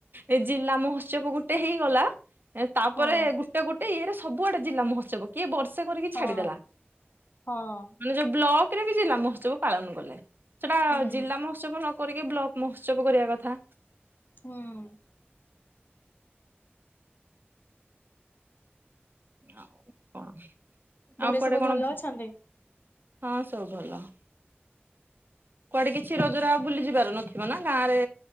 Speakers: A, on the right; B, on the left.
A: ଏ ଜିଲ୍ଲାମହୋତ୍ସବ ଗୋଟେ ହେଇଗଲା ତାପରେ
B: ହଁ
A: ଗୋ ଗୋଟେ ଇଏରେ ସବୁଆଡେ ଜିଲ୍ଲା ମହୋତ୍ସବ କିଏ ବର୍ଷେ କରିକି
B: ହଁ।
A: ଛାଡିଦେଲା।
B: ହଁ
A: ଯୋଉ ବ୍ଲକ ରେ ବି ଜିଲ୍ଲା ମହୋସବ ପାଳନ କଲେ ସେଟା
B: ହୁଁ
A: ଜିଲ୍ଲା ମହୋ ମହତ୍ସବ ନ କରିକି ବ୍ଲକ ମହୋତ୍ସବ କରିବା କଥା।
B: ହୁଁ।
A: ଆଉ କଣ
B: ଘରେ
A: ଆଉ କୁଆଡେ
B: ସବୁ
A: କଣ
B: ଭଲ ଅଛନ୍ତି?
A: ହଁ ସବୁ ଭଲ। କୁଆଡେ କିଛି ରଜରେ ଆଉ ବୁଲି ଯିବାର ନଥିବ ନା ଗାଁ ରେ